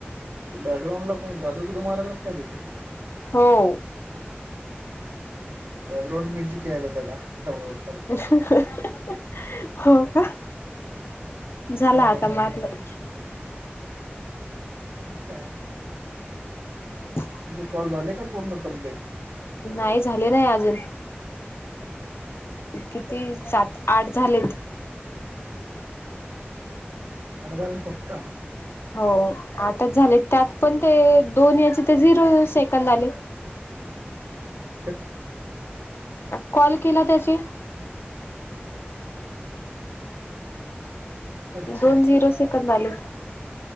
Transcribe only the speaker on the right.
बॅकग्रांडला कोणी झाडू बिडू मारयला काय तिथं.
बॅकग्राऊंड म्युझिक याला त्याला सर्व सर्व....
हो
अच्छा.....
तुझे कॉल झाले का? पूर्ण कम्प्लीट....
आठ झालं फक्त...
<unintelligible>
अच्छा